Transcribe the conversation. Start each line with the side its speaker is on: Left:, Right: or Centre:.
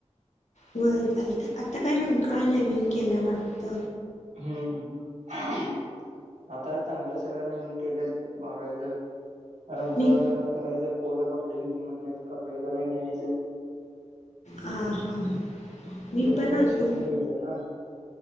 Left: होय चालतं आता काय रंकाळ नवीन केल्या वाटत
Right: हम्म आता चांगल्या सगळ्या नवीन केल्यात बघायचं नाकारत
Left: मी
Right: जरा फिरायचं पोहरं कपडे घेत म्हणतात कपडे जरा घ्यायचे
Left: हा हा ह मी
Right: तिथे
Left: पण
Right: कपडे स्वस्त
Left: त
Right: मिळतात ना.